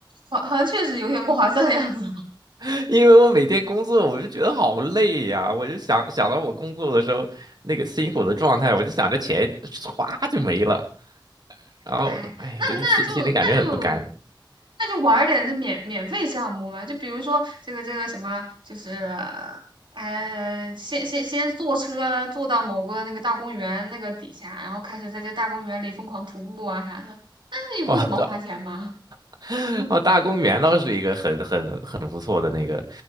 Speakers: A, on the right; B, on the right.
A: 好好像确实有点不划算的样子。
B: <laughs> 因为我每天工作，我就觉得好累呀、我就想想到我工作的时候那个辛苦的状态，我就想着钱唰就没了，然后哎，
A: 哎，那那就那就。
B: 这这心心里感觉很不甘。
A: 那就玩儿点那免免费项目嘛，就比如说这个这个什么，就是呃，先先先坐车坐到某个那个大公园那个底下，然后开始在这大公园里疯狂徒步啊啥的，那也不怎么花钱嘛。
B: 哇，<laughs>
A: 嗯
B: 哦，大公园倒是一个很很很不错的那个，